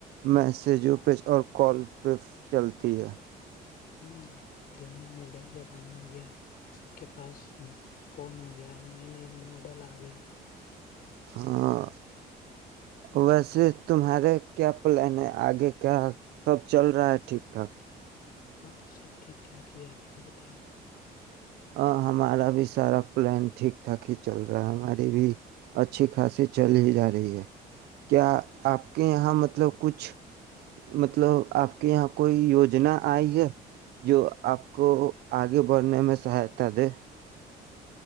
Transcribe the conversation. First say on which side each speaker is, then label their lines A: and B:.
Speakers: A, on the right (about 70°); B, on the left (about 60°).
A: میسجوں پہ اور کال پہ چلتی ہے
B: ہ ا دنیا ماڈل یا فانا ہو گیا سب کے پاس فون ہو گیا نئے نئے ماڈل آ گئے ہیں
A: ہاں ویسے تمہارے کیا پلان ہے آگے کیا سب چل رہا ہے ٹھیک ٹھاک
B: ہاں سب ٹھیک ٹھاک ہی ہے آپ نے بتائی
A: ہ ہمارا بھی سارا پلان ٹھیک ٹھاک ہی چل رہا ہے ہماری بھی اچھی خاصی چل ہی جا رہی ہے کیا آپ کے یہاں مت مطلب کچھ مطلب آپ کے یہاں کوئی یوجنا آئی ہے جو آپ کو آگے بڑھنے میں <inaudible>